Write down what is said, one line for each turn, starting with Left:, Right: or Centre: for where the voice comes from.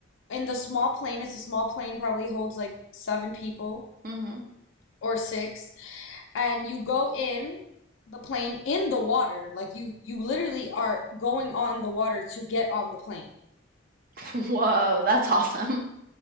Left: in the small plane. It's a small plane, probably holds like seven people
Right: Mm-hmm.
Left: or six, and you go in the plane in the water. Like you you literally are going on the water to get on the plane.
Right: <laughs> Whoa, that's awesome.